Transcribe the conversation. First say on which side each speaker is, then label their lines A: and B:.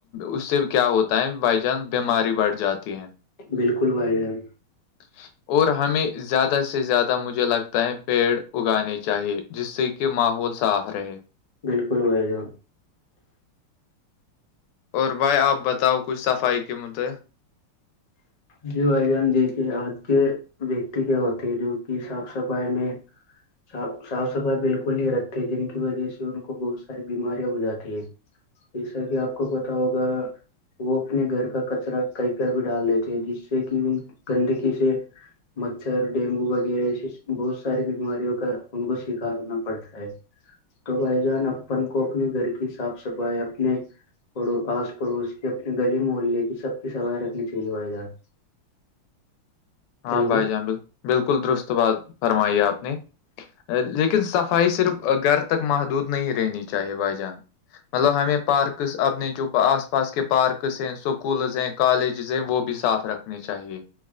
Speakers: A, on the left; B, on the left.
A: اس سے کیا ہوتا ہے بائی چانس بیماری بڑھ جاتی ہے
B: بالکل بھائی جائی
A: <inaudible> ہ اور ہمیں زیادہ سے زیادہ مجھے لگتا ہے پیڑ اگانے چاہیے جس سے کہ ماحول صاف رہے
B: بالکل بھی جن
A: اور بھائی آپ بتاؤ کچھ صفائی کے مدعے
B: جی بھائی جان دیکھیے آج کے ویکتی کے ہوتے جو کہ صاف صفائی میں صاف صاف صفائی بالکل نہیں رکھتے جن کی وجہ سے ان کو بہت ساری بیماریاں ہو جاتی ہے جیسا کہ آپ کو پتا ہوگا وہ اپنے گھر کا کچرا ک بھی ڈال دیتے ہیں جس سے کہ گندگی سے مچھر ڈینگو وغیرہ ایسے بہت ساری بیماریوں کا ان کو شکار ہونا پڑتا ہے تو بھائی جان اپن کو اپنے گھر کی صاف صفائی اپنے پ آس پڑوس کے اپنے گلی موہلی لے کی سب کی سفائی رکھنی چاہیے بڑائی ج
A: ہاں
B: ہیلو
A: بھائی جان بالل بالکل درست بات فرمائی آپ نے لیکن صفائی صرف گھر تک محدود نہیں رہنی چاہیے بھائی جان مطلب ہمیں پارکس اپنے جو آس پاس کے پارکس ہیں اسکولز ہیں کالجز ہیں وہ بھی صاف رکھنے چاہیے